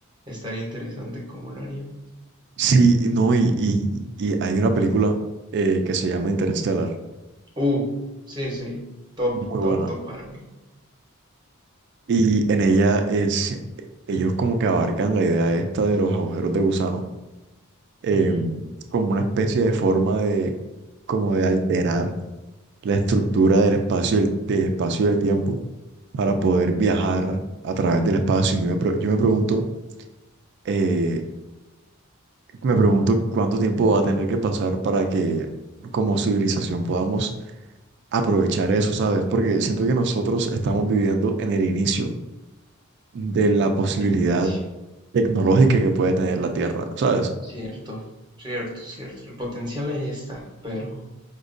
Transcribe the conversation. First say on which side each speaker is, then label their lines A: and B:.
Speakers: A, on the right (about 20°); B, on the right (about 55°).
A: Estaría interesante cómo lo haríamos.
B: Sí, no, y, y, y hay una película eh, que se llama Interstellar.
A: Uh, sí, sí, top,
B: Muy
A: top,
B: buena.
A: top para mí.
B: Y en ella es, ellos como que abarcan la idea esta de los agujeros de gusano, em,
A: Ujú,
B: como una especie de forma de, como de alterar la estructura del espacio, y el, del espacio y del tiempo para poder viajar a través del espacio. Y Yo me, pre- yo me pregunto, eh, me pregunto cuánto tiempo va a tener que pasar para que como civilización podamos aprovechar eso, ¿sabes? Porque siento que nosotros estamos viviendo en el inicio de la posibilidad
A: El inicio.
B: tecnológica que puede tener la Tierra, ¿sabes?
A: Cierto, cierto, cierto. El potencial ahí está, pero